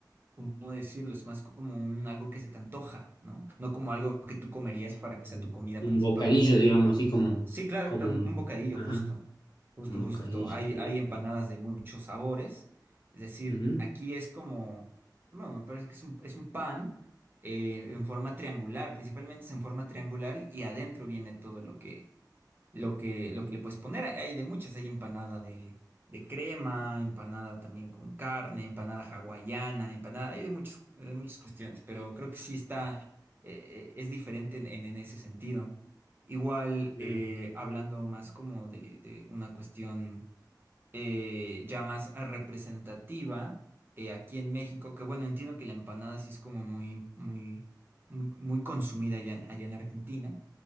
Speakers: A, on the right; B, on the left.
A: ¿cómo decirlo? Es más como un algo que se te antoja, ¿no? No como algo que tú comerías para que
B: un
A: sea tu comida principal.
B: un bocadillo, digamos,
A: Entonces,
B: así como,
A: sí, claro,
B: como
A: un
B: un,
A: bocadillo,
B: ajá,
A: justo, justo,
B: un bocadillo,
A: justo. Hay,
B: claro.
A: hay empanadas
B: claro.
A: de muchos sabores. Es decir,
B: Ujú,
A: aquí es como, no, me parece que es un, es un pan eh, en forma triangular, principalmente es en forma triangular y, y adentro viene todo lo que, lo que, lo que le puedes poner. Hay hay de muchas, hay empanada de, de crema, empanada también con carne, empanada hawaiana, empanada, hay de muchas, de muchas cuestiones, pero creo que sí está, eh, eh, es diferente en, en- en ese sentido. Igual,
B: claro,
A: eh, hablando más como de, de una cuestión eh, ya más eh, representativa eh, aquí en México, que bueno, entiendo que la empanada sí es como muy, muy, muy, muy consumida allá, en allá en Argentina.